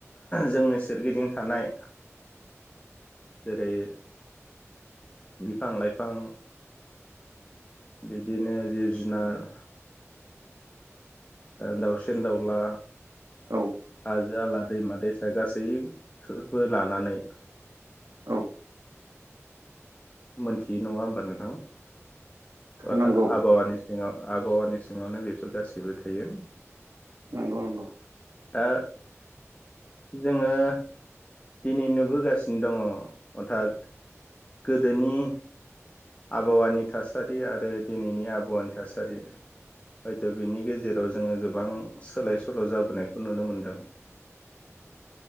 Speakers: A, on the left; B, on the right.
A: जोंनि सोरगिदिं थानाय जेरै बिफां लाइफां बिदिनो जिब जुनार दावसिन दाउला
B: औ।
A: हाजो हाला दैमा दैसा गासैबो लानानै
B: औ
A: मोनथिय नंङा होमबा नोंथां अर्थत
B: नंगौ
A: आबहावानि सिङाव आबहावानि सिङावनो बेफोर गासैबो थायो।
B: नंगौ नंगौ।
A: दा जोङो दिनै नुबोगासिनो दङ हथार गोदोनि। आबहावानि थासारि आरो दिनैनि आबहावानि थासारि हयथ' बिनि गेजेराव जोंङो गोबां सोलाय सोल' जाबोनायखौ नुनो मोनदों।